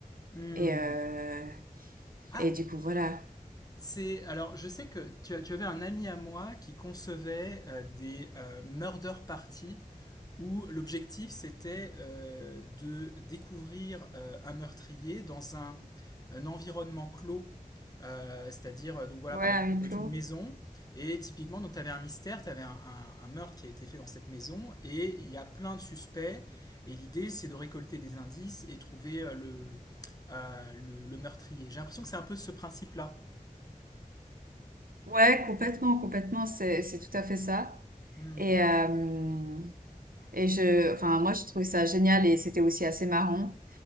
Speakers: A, on the left (about 25°); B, on the right (about 80°).
A: Hmm.
B: et euh,
A: Ah,
B: et du coup voilà.
A: C'est alors je sais que tu, as- tu avais un ami à moi qui concevait euh, des euh, murder parties où l'objectif c'était euh, de découvrir euh, un meurtrier dans un, un environnement clos. Euh, c'est-à-dire, euh, donc voilà,
B: Ouais,
A: par
B: à
A: exemple,
B: huis
A: ça peut
B: clos.
A: être une maison, et typiquement, donc tu avais un mystère, tu avais un, un- un meurtre qui a été fait dans cette maison, et il y a plein de suspects, et l'idée c'est de récolter des indices et trouver euh, le, euh, le, le meurtrier. J'ai l'impression que c'est un peu ce principe-là.
B: Ouais, complètement, complètement. C'est c'est tout à fait ça.
A: Hmm.
B: Et euh, Et je, enfin, moi, j'ai trouvé ça génial et c'était aussi assez marrant.